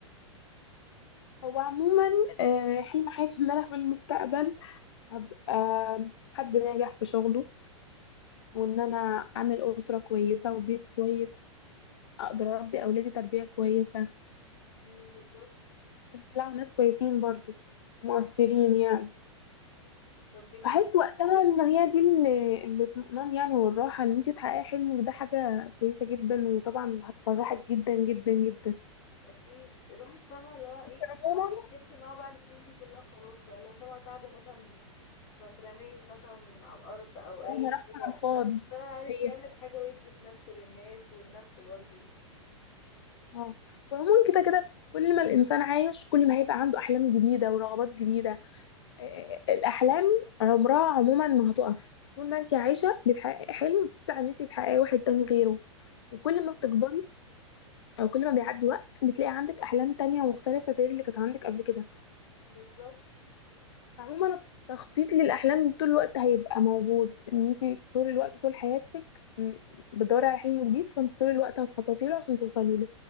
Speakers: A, on the left (about 55°); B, on the left (about 35°).
A: هو عموما آه، حلم حياتي ان انا في المستقبل ابقى حد ناجح في شغله وان انا اعمل اسره كويسه وبيت كويس اقدر اربي اولادي تربيه كويسه
B: مم، بالظبط
A: عشان يطلعوا ناس كويسين برضو مؤثرين يعني
B: طب انتي
A: فحس وقتها ان هي دي اللي اللي الاطمئنان يعني والراحه ان انت تحققي حلمك ده حاجه كويسه جدا وطبعا هتفرحك جدا جدا جدا
B: اكيد الواحد فاهمه اللي هو ايه
A: عموما
B: هيحس ان هو بعد السنين دي كلها خلاص بقى اللي هو فاهمه تعبه مثلا ما اترميش مثلا على الارض او اي
A: انا رحت
B: حاجه
A: على الفاضي
B: لا
A: صحيح
B: فعلا عارف يعمل حاجه ويثبت نفسه للناس ولنفسه برضه
A: اه وعموما كده كده كل ما الانسان عايش كل ما هيبقى عنده احلام جديده ورغبات جديده آه، آه، الاحلام عمرها عموما ما هتقف طول ما انت عايشه بتحققي حلم بتسعي ان انت تحققي واحد تاني غيره وكل ما بتكبري او كل ما بيعدي وقت بتلاقي عندك احلام تانية مختلفه غير اللي كانت عندك قبل كده
B: بالظبط
A: فعموما التخطيط للاحلام طول الوقت هيبقى موجود ان انت طول الوقت طول حياتك م، بتدوري على حلم جديد فانت طول الوقت هتخططي له عشان توصلي له